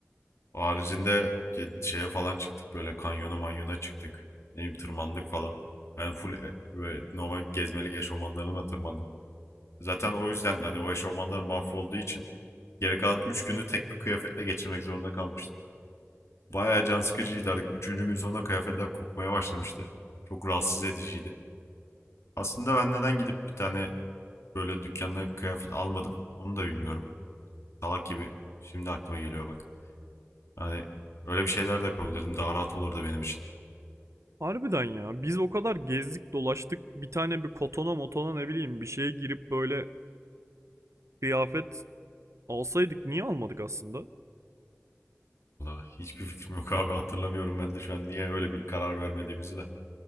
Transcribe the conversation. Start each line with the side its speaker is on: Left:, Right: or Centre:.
Left: O haricinde ke- şeye falan çıktık böyle kanyona manyona çıktık. Ne bileyim tırmandık falan. Ben full e- böyle normal gezmelik eşofmanlarımla tırmandım. Zaten o yüzden hani o eşofmanlarım mahvolduğu için geri kalan 3 günü tek bir kıyafetle geçirmek zorunda kalmıştım. Bayağı can sıkıcıydı artık. Üçüncü gün sonunda kıyafetler kokmaya başlamıştı. Çok rahatsız ediciydi. Aslında ben neden gidip bir tane böyle dükkandan kıyafet almadım onu da bilmiyorum. Salak gibi şimdi aklıma geliyor bak. Hani öyle bir şeyler de yapabilirdim. Daha rahat olurdu benim için.
Right: Harbiden ya. Biz o kadar gezdik dolaştık. Bir tane bir kotona motona ne bileyim bir şeye girip böyle kıyafet alsaydık niye almadık aslında?
Left: Valla hiçbir fikrim yok abi hatırlamıyorum ben de şu an niye öyle bir karar vermediğimizi de.